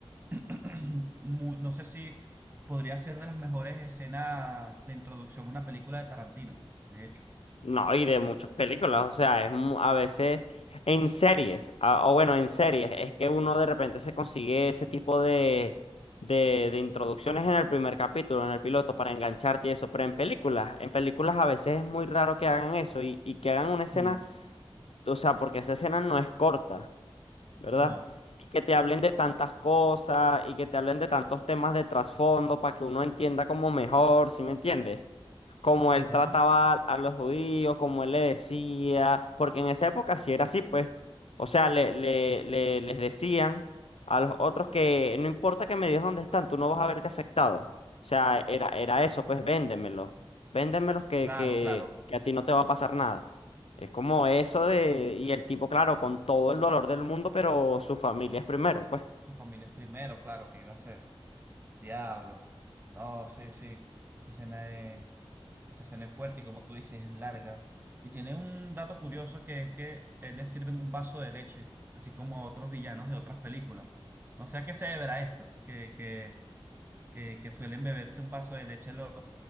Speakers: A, on the right (about 20°); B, on the left (about 85°).
A: <clears throat> muy, no sé si podría ser de las mejores escenas de introducción a una película de Tarantino, de hecho.
B: No, y de muchas películas, o sea, es mu- a veces en series, a- o bueno, en series, es que uno de repente se consigue ese tipo de, de, de introducciones en el primer capítulo, en el piloto, para engancharte y eso, pero en películas, en películas a veces es muy raro que hagan eso y, y que hagan una escena,
A: Mm,
B: o sea, porque esa escena no es corta, ¿verdad?
A: no.
B: Y que te hablen de tantas cosas y que te hablen de tantos temas de trasfondo para que uno entienda como mejor, ¿sí me entiendes? cómo
A: Ujú.
B: él trataba a los judíos, cómo él le decía, porque en esa época sí era así, pues, o sea, le, le, le- les decían a los otros que no importa que me digas dónde están, tú no vas a verte afectado. O sea, era, era eso, pues véndemelos, véndemelos que,
A: Claro,
B: que,
A: claro.
B: que a ti no te va a pasar nada. Es como eso de, y el tipo, claro, con todo el dolor del mundo, pero su familia es primero, pues.
A: Su familia es primero, claro, que iba a ser. Diablo. Oh, sí, sí. Esa escena es, esa escena es fuerte y como tú dices, es larga. Y tiene un dato curioso que es que él le sirven un vaso de leche, así como a otros villanos de otras películas. No sé a qué se deberá esto, que, que que, que suelen beberse un vaso de leche los,